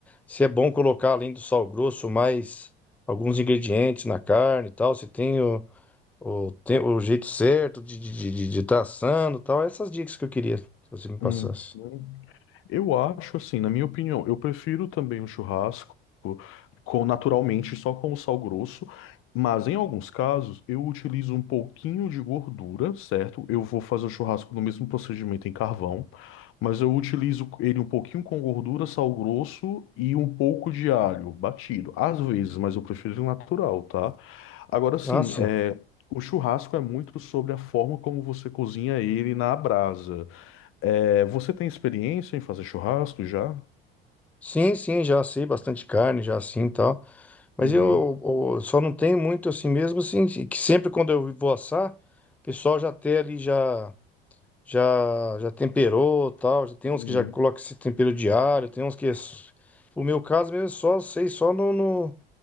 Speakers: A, in the centre; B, on the left.
A: se é bom colocar além do sal grosso mais alguns ingredientes na carne e tal, se tem o, o, tem o jeito certo de estar de, de, de tá assando e tal, essas dicas que eu queria que você me passasse.
B: uhum, Eu acho assim, na minha opinião, eu prefiro também o churrasco com naturalmente só com o sal grosso, mas em alguns casos eu utilizo um pouquinho de gordura, certo? Eu vou fazer o churrasco no mesmo procedimento em carvão, mas eu utilizo ele um pouquinho com gordura, sal grosso e um pouco de alho batido, às vezes, mas eu prefiro o natural, tá? Agora sim,
A: Ah, sim.
B: é, o churrasco é muito sobre a forma como você cozinha ele na brasa. É, você tem experiência em fazer churrasco já?
A: Sim, sim, já sei bastante carne, já assim e tal. Mas
B: Uhum.
A: eu, eu só não tenho muito assim mesmo, assim, que sempre quando eu vou assar, o pessoal já tem ali, já, já, já temperou tal. Já tem
B: Uhum.
A: uns que já colocam esse tempero diário, tem uns que. é s- O meu caso mesmo é só, sei, só no, no,